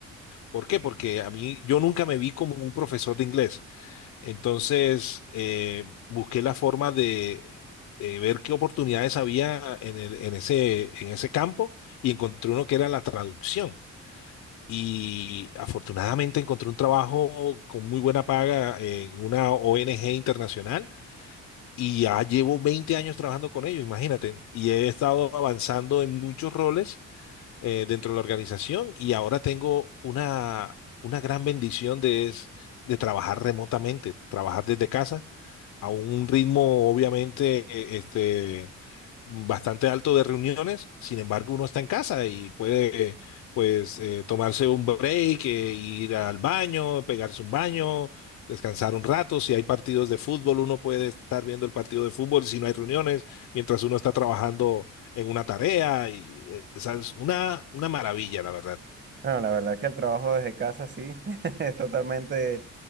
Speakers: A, on the left; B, on the right.
A: ¿Por qué? Porque a mí yo nunca me vi como un profesor de inglés. Entonces, eh, busqué la forma de eh, ver qué oportunidades había en el- en ese, en ese campo y encontré uno que era la traducción. Y afortunadamente encontré un trabajo con muy buena paga en una ONG internacional y ya llevo 20 años trabajando con ellos, imagínate. Y he estado avanzando en muchos roles eh, dentro de la organización y ahora tengo una, una gran bendición de, es- de trabajar remotamente, trabajar desde casa a un ritmo obviamente eh, este, bastante alto de reuniones, sin embargo uno está en casa y puede pues eh, tomarse un break, eh, ir al baño, pegarse un baño, descansar un rato, si hay partidos de fútbol uno puede estar viendo el partido de fútbol si no hay reuniones, mientras uno está trabajando en una tarea y esa es una, una maravilla, la verdad.
B: Bueno, la verdad que el trabajo desde casa sí <laughs> es totalmente